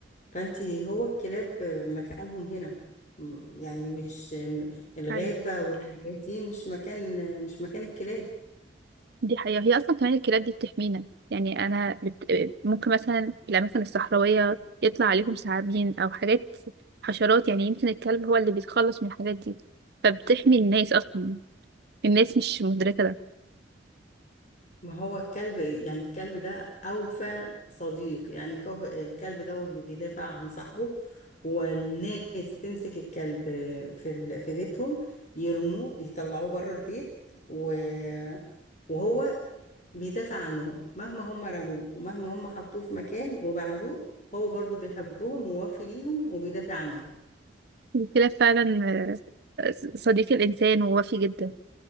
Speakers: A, on the left; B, on the right.
A: فانت هو الكلاب مكانهم هنا م- يعني مش م- الغابة
B: أيوة
A: والحاجات دي مش مكان مش مكان الكلاب
B: دي حقيقة هي أصلا كمان الكلاب دي بتحمينا يعني أنا بت... ممكن مثلا في الأماكن الصحراوية يطلع عليهم ثعابين أو حاجات حشرات يعني يمكن الكلب هو اللي بيتخلص من الحاجات دي فبتحمي الناس اصلا الناس مش مدركة ده
A: ما هو الكلب يعني الكلب ده أوفى صديق يعني كوف- الكلب دوت بيدافع عن صاحبه والناس تمسك الكلب في ال- في بيتهم يرموه يطلعوه بره البيت و- وهو بيدافع عنهم مهما هم رموه ومهما هم حطوه في مكان وبعدوه هو برضو بيحبهم ووافي ليهم وبيدافع عنهم
B: الكلاب فعلا آه، صديق الإنسان ووفي جدا